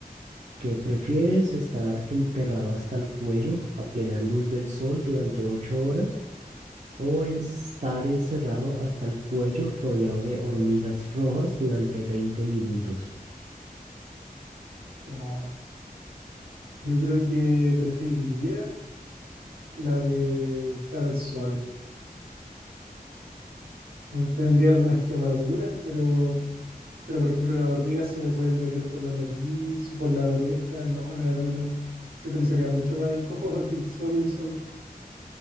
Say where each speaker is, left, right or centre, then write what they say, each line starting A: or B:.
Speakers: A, on the right (about 50°); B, on the right (about 70°).
A: que prefieres estar enterrado hasta el cuello a plena luz del sol durante ocho horas o en- estar encerrado hasta el cuello rodeado de hormigas rojas durante veinte minutos.
B: Oh, yo creo que preferiría la de estar al sol. o Tendría algunas quemaduras, pero, pero por ejemplo las hormigas se me pueden meter por la nariz o por la oreja. No, la verdad no. Siento que sería mucho más incómodo que solo el sol.